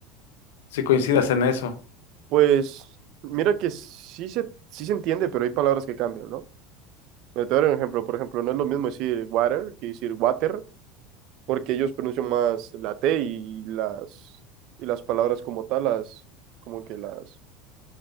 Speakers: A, on the left; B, on the right.
A: si coincidas en eso.
B: Pues mira que sí se, sí se entiende, pero hay palabras que cambian, ¿no? Mira, te voy a dar un ejemplo. Por ejemplo, no es lo mismo decir water que decir water, porque ellos pronuncian más la T y las, y las palabras como tal, las, como que las